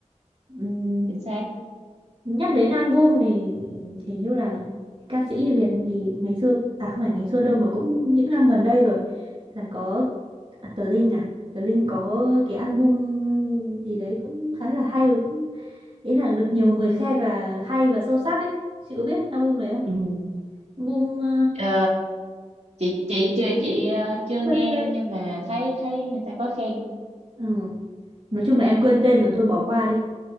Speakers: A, on the right; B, on the right.
A: Ừm,
B: chính xác
A: nhắc đến album thì hình như là ca sĩ Việt thì ngày xưa à không phải ngày xưa đâu mà cũng những năm gần đây rồi là có à, Tờ Linh à Tờ Linh có cái album gì đấy cũng khá là hay rồi cũng ý là được nhiều người khen là hay và sâu sắc ấy chị có biết album đấy không
B: ừ.
A: album ờ,
B: Ờ, chị chị chị chị ờ, chưa
A: quên
B: nghe
A: tên
B: nhưng mà thấy thấy người ta có khen
A: ừ. nói chung là em quên tên rồi thôi bỏ qua đi